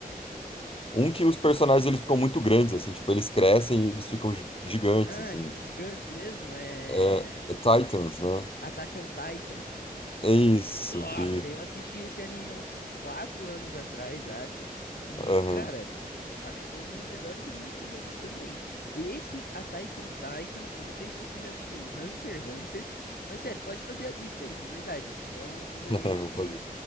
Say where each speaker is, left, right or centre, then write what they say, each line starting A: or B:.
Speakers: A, on the left; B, on the left.
A: Um que os personagens eles ficam muito grandes, assim, tipo, eles crescem e eles ficam gi- gigantes,
B: Ah,
A: assim.
B: tipo, gigantes mesmo. É.
A: É, é Titans, né?
B: Attack on Titan.
A: É isso.
B: Nossa,
A: E...
B: eu assisti esse anime há uns quatro anos atrás, acho. E,
A: Aham,
B: cara, acho que foi um dos melhores animes que eu já vi também. Esse Attack on Titan, eu não sei se você já assistiu Hunter x Hunter, mas sério, pode fazer a lista aí, de verdade. Tipo, é um dos
A: <laughs>
B: animes
A: Vou
B: que
A: fazer.